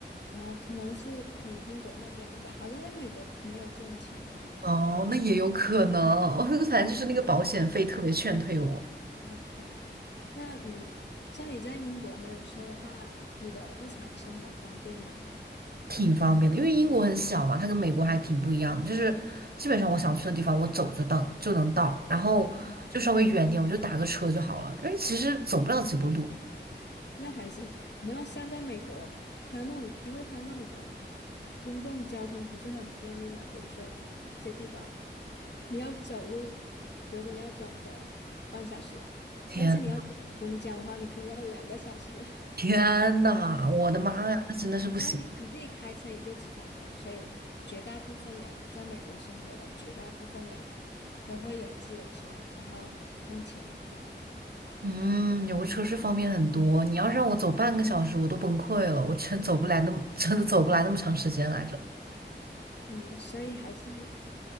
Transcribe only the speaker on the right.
哦，那也有可能，<laughs> 反正就是那个保险费特别劝退我。
挺方便的，因为英国很小嘛，它跟美国还挺不一样的，就是基本上我想去的地方，我走就到就能到，然后就稍微远点，我就打个车就好了，因为其实走不了几步路。
天，
天呐，我的妈呀，那真的是不行。
嗯，有个车是方便很多，你要是让我走半个小时，我都崩溃了，我真走不来那么，真的走不来那么长时间来着。